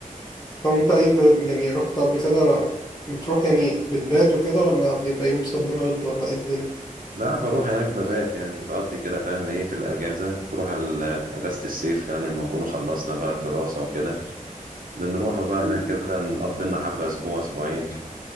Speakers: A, on the left; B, on the right.
A: طب أنت إيه ب- يعني رحت قبل كده بتروح يعني بتبات وكده ولا بيبقى يوم صد رد ولا إيه الدنيا؟
B: لا بروح هناك ببات يعني بقضي كده فاهم ايه في الاجازه بروح ال... في اجازه الصيف يعني لما نكون خلصنا بقى الدراسه وكده بنروحوا بقى هناك كده نقضي لنا حبة أسبوع أسبوعين